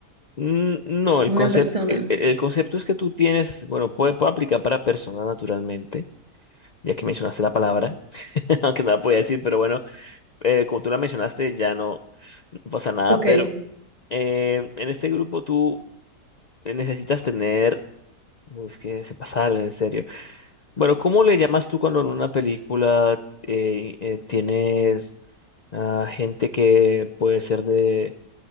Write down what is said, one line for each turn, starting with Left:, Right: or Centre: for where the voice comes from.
Left: Mm, No, el
Right: una
Left: concepto,
Right: persona.
Left: el concepto es que tú tienes, bueno, puede, puede aplicar para personas naturalmente, ya que mencionaste la palabra, <laughs> aunque no la podía decir, pero bueno, eh, como tú la mencionaste, ya no, no pasa nada,
Right: Ok.
Left: pero eh, en este grupo tú eh, necesitas tener, no, es que se pasaron, en serio. Bueno, ¿cómo le llamas tú cuando en una película eh, eh, tienes ah, gente que puede ser de